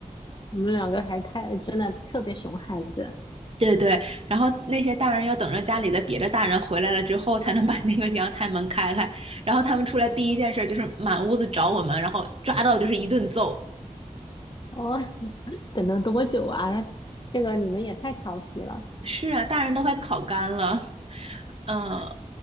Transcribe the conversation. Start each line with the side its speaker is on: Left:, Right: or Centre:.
Left: 你们两个还太，真的特别熊孩子。
Right: 对对，然后那些大人要等着家里的别的大人回来了之后，才能把那个阳台门开开。然后他们出来第一件事就是满屋子找我们，然后抓到就是一顿揍。
Left: 哦，<laughs> 等了多久啊？这个你们也太调皮了。
Right: 是啊，大人都快烤干了。嗯，